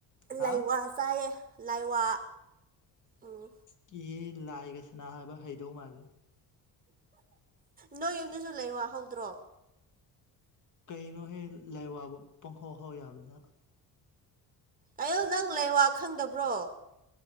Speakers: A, on the left; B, on the right.
A: ꯍꯥ
B: ꯂꯥꯏꯋꯥ ꯆꯥꯏꯌꯦ ꯂꯥꯏꯋꯥ ꯎꯝ
A: ꯀꯤꯌꯦ ꯂꯥꯏꯒ ꯁꯥꯟꯅꯧ ꯍꯥꯏꯕ ꯍꯩꯗꯧ ꯃꯥꯜꯂꯦ
B: ꯅꯣꯏ ꯌꯨꯝꯗꯁꯨ ꯂꯩꯋꯥ ꯍꯧꯗ꯭ꯔꯣ
A: ꯀꯩꯅꯣ ꯍꯦ ꯂꯥꯏ ꯋꯥꯕꯨ ꯄꯨꯡꯍꯧ ꯍꯧ ꯌꯥꯕꯅ
B: ꯑꯌꯨ ꯅꯪ ꯂꯩꯋꯥ ꯈꯪꯗꯕ꯭ꯔꯣ